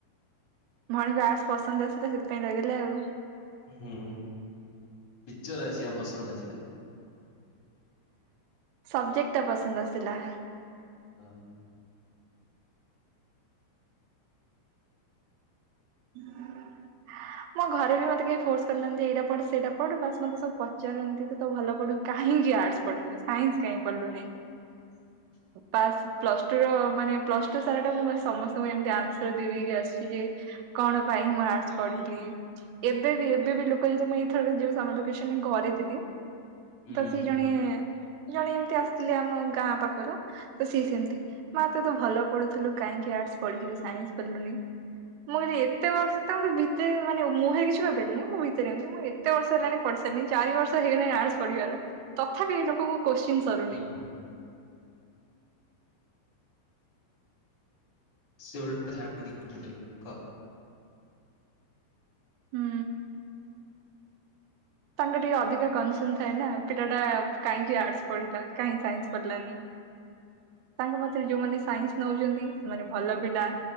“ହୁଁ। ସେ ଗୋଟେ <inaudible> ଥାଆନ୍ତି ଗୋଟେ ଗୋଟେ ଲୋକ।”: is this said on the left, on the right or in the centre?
Left